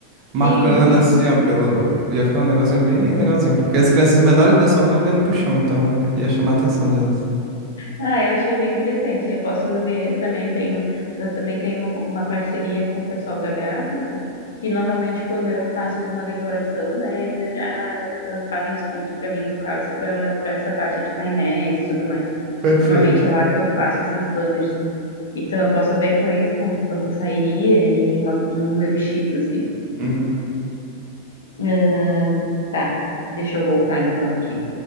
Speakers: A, on the right; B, on the left.
A: Marcando
B: Sim, sim.
A: assim, ó, pelo. Ia ficar um negocinho bem legalzinho, porque as crianças menores, né, só andam olhando pro chão, então ia chamar a atenção delas.
B: Ah, eu achei bem interessante. Eu posso ver, também tenho, eu também tenho uma parceria com o pessoal da gráfica, que normalmente quando eu faço alguma decoração, né, eles já ah, fazem desconto para mim, no caso, para para essa parte de painéis e tudo mais.
A: Perfeito.
B: Normalmente é lá que eu faço esses banners. Então eu posso ver com eles com- quanto sairia e uma- um número X, assim.
A: Uhum.
B: Ah, tá, deixa eu voltar então aqui.